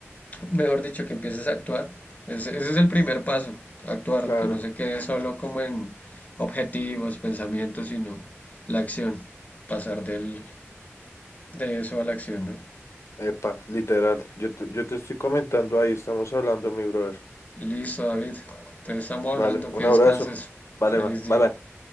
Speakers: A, on the left; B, on the left.
A: mejor dicho, que empieces a actuar. Ese, ese es el primer paso, actuar,
B: Claro.
A: que no se quede solo como en objetivos, pensamientos, sino la acción, pasar del, de eso a la acción, ¿no?
B: Epa, literal. Yo te, yo te estoy comentando ahí, estamos hablando, mi brother.
A: Listo, David. Entonces estamos
B: Vale,
A: hablando,
B: un
A: que
B: abrazo.
A: descanses.
B: Vale,
A: Feliz
B: va. Bye,
A: día.
B: bye.